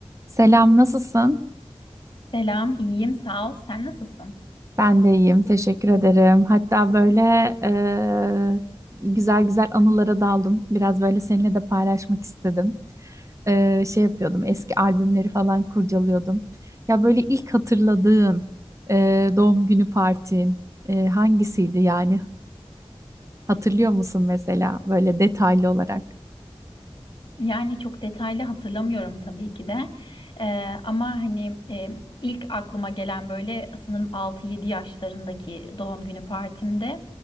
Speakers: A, on the right; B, on the left.
A: Selam, nasılsın?
B: Selam, iyiyim, sağ ol. Sen nasılsın?
A: Ben de iyiyim, teşekkür ederim. Hatta böyle e, güzel güzel anılara daldım. Biraz böyle seninle de paylaşmak istedim. E, şey yapıyordum, eski albümleri falan kurcalıyordum. Ya böyle ilk hatırladığın e, doğum günü partin e, hangisiydi yani? Hatırlıyor musun mesela böyle detaylı olarak?
B: Yani çok detaylı hatırlamıyorum tabii ki de. Ee, ama hani e, ilk aklıma gelen böyle sanırım 6-7 yaşlarındaki doğum günü partimde.